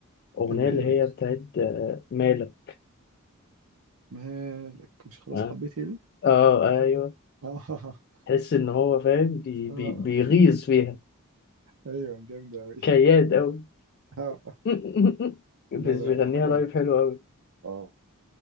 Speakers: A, on the left; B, on the right.
A: اغنيه
B: اللي هي
A: اللي هي
B: ايه
A: بتاعت آه، مالك
B: مالك مش خلاص
A: اه
B: حبيت هدي
A: اه ايوه
B: اه <laughs>
A: تحس ان هو فاهم بي بي
B: اه
A: بيغيظ فيها
B: ايوه جامدة اوي
A: كياد قوي.
B: <laughs> اه
A: <laughs> بس
B: لا لا
A: بيغنيها
B: هي حلوة
A: لايف
B: اوي
A: حلو قوي
B: اه